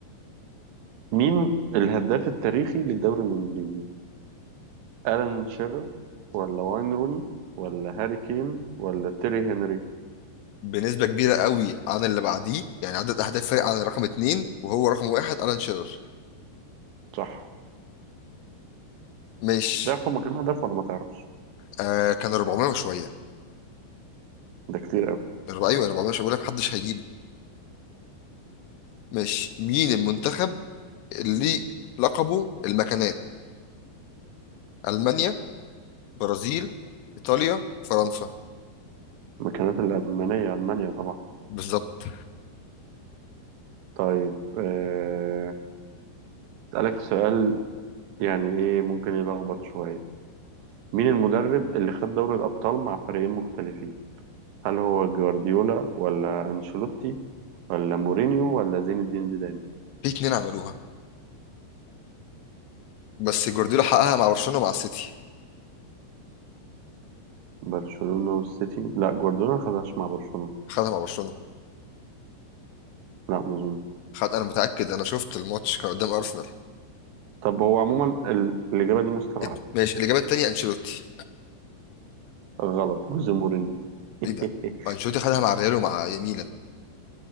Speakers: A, on the right; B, on the left.
A: مين الهداف التاريخي للدوري الانجليزي الان شيرر ولا واين روني ولا هاري كين ولا تيري هنري
B: بنسبة كبيرة قوي عن اللي بعديه يعني عدد أهداف فرق عن رقم اتنين وهو رقم واحد ألان شيرر
A: صح
B: مش
A: تعرف هما كام هدف ولا ما تعرفش
B: آه كان 400 وشوية
A: ده كتير قوي
B: أربعة- أيوة 400 مش بقول لك محدش هيجيبه مش مين المنتخب اللي لقبه المكانات ألمانيا برازيل إيطاليا فرنسا
A: المكانات الالمانيه المانيا طبعا
B: بالظبط
A: طيب آه، أسألك سؤال يعني ايه ممكن يلخبط شوية مين المدرب اللي خد دوري الأبطال مع فريقين مختلفين هل هو جوارديولا ولا أنشيلوتي ولا مورينيو ولا زين الدين زيدان
B: في اتنين عملوها بس جوارديولا حققها مع برشلونة مع السيتي
A: برشلونة والسيتي لا جوارديولا ما خدهاش مع برشلونة
B: خدها مع برشلونة
A: لا ما أظن
B: خد أنا متأكد أنا شفت الماتش كان قدام أرسنال
A: طب هو عموما ال- الإجابة دي مستبعدة
B: ات- ماشي الإجابة التانية أنشيلوتي
A: غلط جوزيه مورينيو <laughs>
B: إيه ده؟ أنشيلوتي خدها مع ريال ومع ميلان